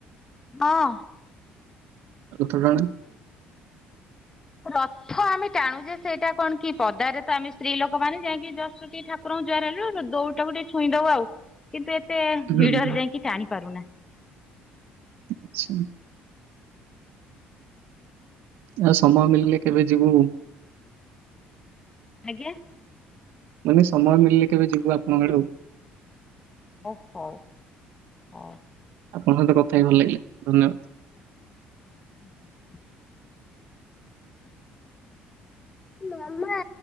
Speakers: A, on the left (about 15°); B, on the right (about 70°).
A: ହଁ।
B: ରଥ ଟାଣେ।
A: ରଥ ଆମେ ଟାଣୁ ଯେ ସେଇଟା କଣ କି ପଦାରେ ତ ଆମେ ସ୍ତ୍ରୀ ଲୋକମାନେ ଯାଇକି ଜଷ୍ଟ ଟିକେ ଠାକୁର ଠାକୁର ଙ୍କୁ ଜୁହାର ହେଲୁ ଦଉଡିଟାକୁ ଟିକେ ଛୁଇଁ ଦଉ ଆଉ କିନ୍ତୁ ଏତେ
B: ହୁଁ ହୁଁ।
A: ଭିଡରେ ଯାଇକି ଟାଣି ପାରୁନା।
B: ଆଛା। ଆଉ ସମୟ ମିଳିଲେ କେବେ ଯିବୁ
A: ଆଜ୍ଞା।
B: ମାନେ ସମୟ ମିଳିଲେ କେବେ ଯିବୁ ଆପଣଙ୍କ ଆଡୁ
A: ଓ ହୋ ହଉ।
B: ଆପଣଙ୍କ ସହିତ କଥା ହେଇ କି ଭଲ ଲାଗିଲା ଧନ୍ୟବାଦ।
A: <unintelligible> ମାମା।